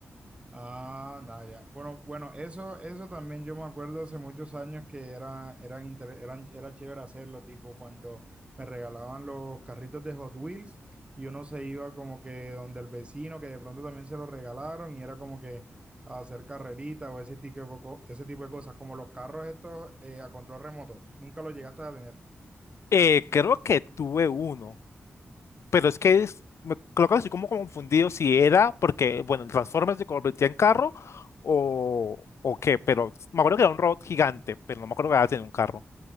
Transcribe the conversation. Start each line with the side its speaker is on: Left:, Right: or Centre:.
Right: Ah, nada, ya. Bueno, bueno, eso, eso también yo me acuerdo hace muchos años que era, eran, inter- eran, era chévere hacerlo, tipo cuando me regalaban los carritos de Hot Wheels y uno se iba como que donde el vecino, que de pronto también se lo regalaron y era como que a hacer carrerita o ese tipo de, co- ese tipo de cosas, como los carros estos eh, a control remoto. Nunca lo llegaste a tener.
Left: Eh, creo que tuve uno. Pero es que es- me- creo que estoy como confundido si era porque, bueno, el Transformers se convertía en carro o, o qué, pero me acuerdo que era un robot gigante, pero no me acuerdo que era en un carro.